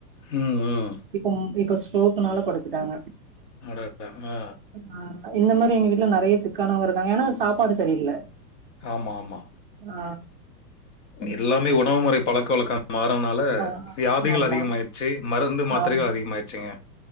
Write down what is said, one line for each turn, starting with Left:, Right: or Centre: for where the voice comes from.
Left: ம் ம்
Right: இப்ப ம் இப்ப ஸ்ட்ரோக்னால படுத்துட்டாங்க
Left: அட ஆ
Right: ஆ இந்த மாரி எங்க வீட்ல நறைய சிக்கானவங்க இருக்காங்க ஏன்னா சாப்பாடு சரியில்ல
Left: ஆமா ஆமா
Right: ஆ
Left: எல்லாமே உணவு மொறை பழக்க வழக்கம் மாறனால
Right: ஆ
Left: வியாதிகள்
Right: ஆமா
Left: அதிகமாயி ச்சு மருந்து மாத்திரைக
Right: ஆமா
Left: அதிகமாயிருச்சுங்க